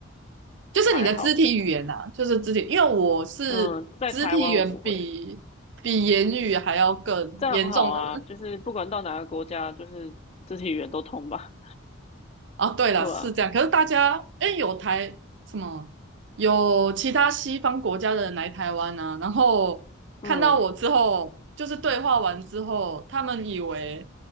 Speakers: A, on the right; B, on the left.
A: 就是你的肢体语言啊，
B: 还好。
A: 就是肢体，因为我是肢体语言比比言语还要更严重的。
B: 嗯，在台湾我不会，这很好啊，就是不管到哪个国家，就是肢体语言都通吧。
A: 啊，对了，
B: 对啊，
A: 是这样。可是大家，哎，有台什么，有其他西方国家的人来台湾啊，然后看到我之后，
B: 嗯
A: 就是对话完之后，他们以为，